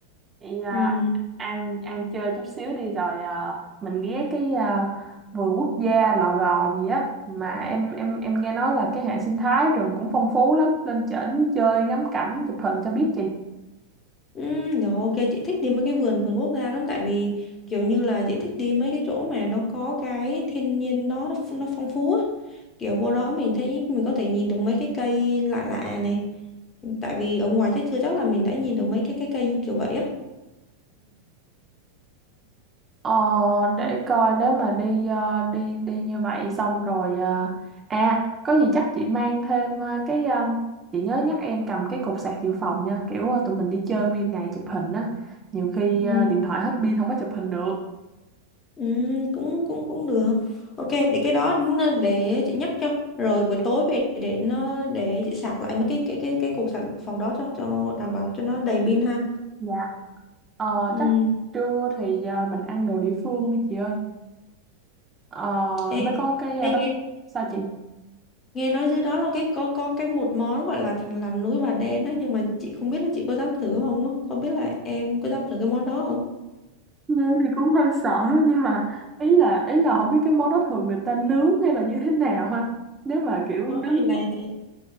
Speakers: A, on the right; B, on the left.
A: Vậy à,
B: Ừ.
A: ăn ăn chơi chút xíu đi rồi à, mình ghé cái à, vườn quốc gia Lò Gò gì á mà em em em nghe nói là cái hệ sinh thái rừng cũng phong phú lắm lên trển chơi ngắm cảnh chụp hình cho biết gì
B: Ừ, rồi ok chị thích đi mấy cái vườn vườn quốc gia lắm tại vì kiểu như là chị thích đi mấy cái chỗ mà nó có cái thiên nhiên nó nó, ph- nó phong phú á. Kiểu vô đó mình thấy mình có thể nhìn được mấy cái cây lạ lạ này. Tại vì ở ngoài chắc chưa chắc là mình đã nhìn được mấy cái cái cây như kiểu vậy á.
A: Ờ, để coi nếu mà đi ờ, đi đi như vậy xong rồi ờ, à có gì chắc chị mang thêm ờ, cái ờ, chị nhớ nhắc em cầm cái cục sạc dự phòng nha kiểu ờ, tụi mình đi chơi nguyên ngày chụp hình á nhiều khi
B: Ừ.
A: ờ, điện thoại hết pin không có chụp hình được
B: Ừ, cũng cũng cũng được ok để cái đó n- để chị nhắc cho rồi buổi tối về để nó để chị sạc lại mấy cái cái cái cái cục sạc phòng đó cho cho đảm bảo cho nó đầy pin ha
A: Dạ. Ờ,
B: ừ.
A: chắc trưa thì ờ, mình ăn đồ địa phương đi chị ơi Ờ,
B: Ê,
A: nó có cái ờ,
B: ê,
A: bánh
B: nghe,
A: sao chị
B: nghe nói dưới đó là cái có có cái một món gọi là thằn lằn núi bà đen đó nhưng mà chị không biết là chị có dám thử không á không biết là em có dám thử cái món đó không
A: nghe thì cũng hơi sợ đó, nhưng mà ý là ý là không biết cái món đó thường người ta nướng hay là như thế nào ha nếu mà kiểu
B: món
A: nướng
B: này là